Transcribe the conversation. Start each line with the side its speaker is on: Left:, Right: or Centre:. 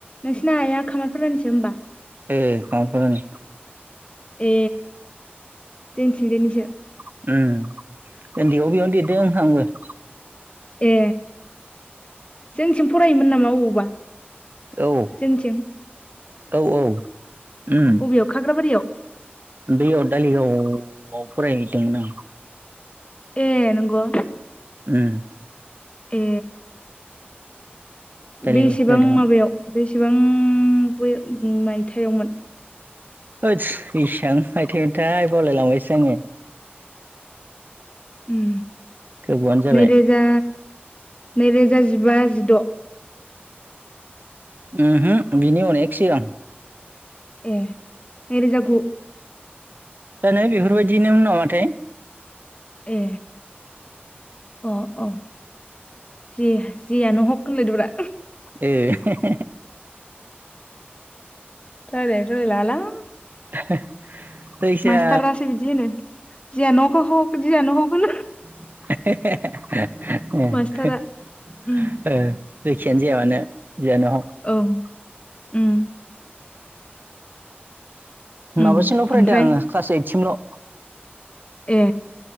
Left: नोंसिना आया खामारफारानिसो होमबा?
Right: ए खामारफारानि
Left: ए जोंनिथिंजायनिसो।
Right: उम ओन्दैआव बेयावनो देरदों आंबो।
Left: ए जोंनिथिं फरायोमोन नामा बबावबा?
Right: औ
Left: जोंनिथिं
Right: औ औ उम
Left: अबेयाव खाग्राबारियाव
Right: दैअ दालिगावआव फरायहैदोंमोन आं।
Left: ए नंगौ
Right: उम
Left: ए
Right: दालिगाव
Left: बेसेबां
Right: फरायदोंमोन
Left: माबायाव बेसेबां बे मायथायावमोन?
Right: होदस बेसेबां मायथाइमोनथाय बावलायलांबायसो आङो।
Left: उम
Right: गोबावानो जाबाय
Left: नैरोजा नैरोजा जिबा, जिद'
Right: उमहु बिनि अनेख सिगां।
Left: ए नै रोजा गु
Right: जानो बेफोरबायदिनोमोन नामाथाय।
Left: ए अ अ जे-जेयानोहक होनलायदोब्रा
Right: ए
Left: रायलायनो रोंलायलाङालां।
Right: <inaudible> जायखिया
Left: मास्तारासो बिदि होनो, जियानो हक जियानो हक
Right: ए ओ जेखियानो
Left: मास्टारा
Right: जाया
Left: उम
Right: मानो, जियानो हक
Left: औ उम उम
Right: माबासिमल' फरायदों
Left: ओमफ्राय
Right: आङो क्लास ओइद सिमल'।
Left: ए